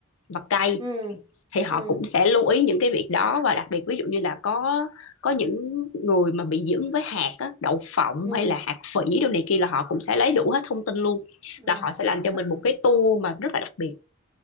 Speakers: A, on the left (about 75°); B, on the right (about 20°).
A: và cay
B: ừ
A: thì họ
B: ừ
A: cũng sẽ lưu ý những cái việc đó và đặc biệt ví dụ như là có có những người mà bị dưỡng với hạt á, đậu phộng
B: ừ
A: hay là hạt phỉ đồ này kia là họ cũng sẽ lấy đủ hết thông tin luôn
B: ờ.
A: là họ sẽ làm cho
B: Th
A: mình một cái tour mà rất là đặc biệt